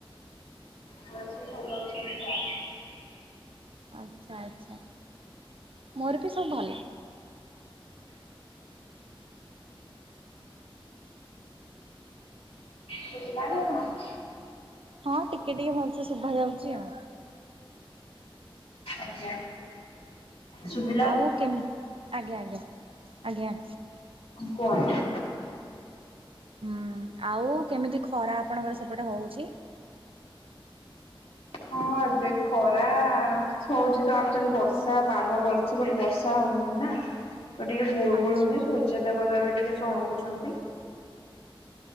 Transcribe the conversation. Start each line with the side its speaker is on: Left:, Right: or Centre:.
Left: ଘରେ ସବୁ ଭଲ ଅଛନ୍ତି ତା
Right: ଆଚ୍ଛା ଆଚ୍ଛା ମୋର ବି ସବୁ ଭଲ।
Left: ଶୁଭିଲା ଏବେ ଆପଣଙ୍କୁ?
Right: ହଁ ଟିକେ ଟିକେ ଭଲସେ ଶୁଭା ଯାଉଛି ଆଉ।
Left: ଆଜ୍ଞା ସୁବି
Right: ଆଉ କେମ୍ ଆଜ୍ଞା ଆଜ୍ଞା ଆଜ୍ଞା।
Left: କୁଅନ୍ତୁ।
Right: ହୁଁ ଆଉ କେମିତି ଖରା ଆପଣଙ୍କର ସେପଟେ ହଉଛି?
Left: ହଁ ଏବେ ବି ଖରା ହଉଛି ତ ଆକ୍ଚୁଆଲି ବର୍ଷା ପାଗ କରିଛି ବୋ ବର୍ଷା ହଉନି ନା। ତ ଟିକେ ଗୁଳୁ ଗୁଳ
Right: ଆଚ୍ଛା
Left: ହଉଛି ସୂର୍ଯ୍ୟ ଦେବତା ବି ଟିକେ ଚଡକୁଛନ୍ତି।